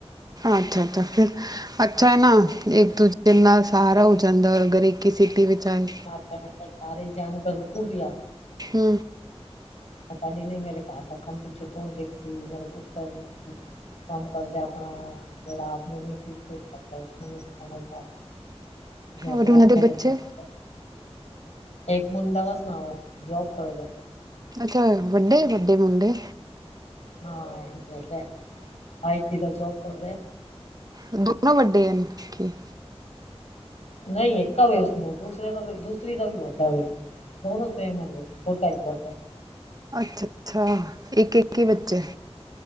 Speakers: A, on the right (about 35°); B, on the left (about 80°).
A: ਅੱਛਾ-ਅੱਛਾ ਫਿਰ। ਅੱਛਾ ਹੈ ਨਾ। ਇੱਕ ਦੂਜੇ ਨਾਲ ਸਹਾਰਾ ਹੋ ਜਾਂਦਾ ਅਗਰ ਇੱਕ ਹੀ ਸਿਟੀ ਵਿੱਚ ਆਏ।
B: ਮੈਂ ਕਿਹਾ ਸਾਰੇ ਜਾਨ ਕੇ ਤੂੰ ਵੀ ਆ।
A: ਹੂੰ,
B: ਪਤਾ ਨਹੀਂ ਮੇਰੇ ਘਰ ਦਾ ਕੰਮ ਪਿੱਛੇ ਕੌਣ ਦੇਖਤੀ? ਮੇਰਾ ਪੁੱਤਰ ਕੰਮ ਕਰਦਾ ਆਪਣਾ ਜਿਹੜਾ ਆਦਮੀ <unintelligible> <inaudible>
A: ਔਰ ਉਹਨਾਂ
B: ਅੱਖਾਂ
A: ਦੇ ਬੱਚੇ।
B: ਦੱਸਾਂ ਇੱਕ ਮੁੰਡਾ ਵਸਣਾਓ ਜੋਬ ਕਰਦਾ।
A: ਅੱਛਾ, ਵੱਡੇ-ਵੱਡੇ ਮੁੰਡੇ।
B: ਹਾਂ <unintelligible> ਦਾ ਜੋਬ ਕਰਦਾ।
A: ਦੋਨੋ ਵੱਡੇ ਹਨ। ਕੀ
B: ਨਹੀਂ, ਇੱਕ ਹੋਵੇ ਉਸਨੂੰ ਦੂਸਰੇ ਦਾ ਦੂਸਰੀ ਦਾ ਵੀ ਵੱਡਾ ਹੋਵੇ। ਦੋਨੋ ਸੇਮ ਹੋ ਗਏ ਦੋ-ਢਾਈ ਸੋ।
A: ਅੱਛਾ-ਅੱਛਾ ਇੱਕ-ਇੱਕ ਹੀ ਬੱਚੇ।